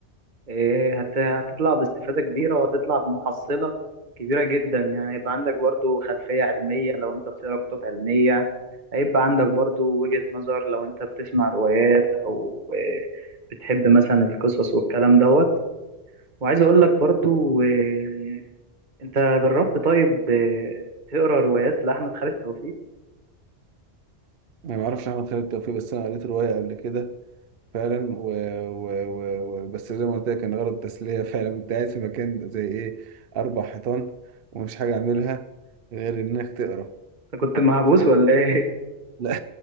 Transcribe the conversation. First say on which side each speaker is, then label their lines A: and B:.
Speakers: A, on the right; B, on the right.
A: إيه، هت- هتطلع باستفادة كبيرة وهتطلع بمحصلة كبيرة جدا يعني يبقى عندك برضه خلفية علمية لو انت بتقرا كتب علمية هيبقى عندك برضه وجهة نظر لو انت بتسمع روايات او إيه، بتحب مثلا القصص والكلام دوت وعايز اقول لك برضه إيه، انت جربت طيب إيه، تقرا روايات لأحمد خالد توفيق
B: انا ما اعرفش احمد خالد توفيق بس انا قريت روايه قبل كده فعلا و... و... و... و... بس زي ما قلت لك كان غرض التسلية <laughs> فعلا كنت قاعد في مكان زي ايه أربع حيطان ومش حاجة أعملها غير إنك تقرا
A: انت كنت محبوس
B: واخد بالك
A: ولا ايه؟
B: لا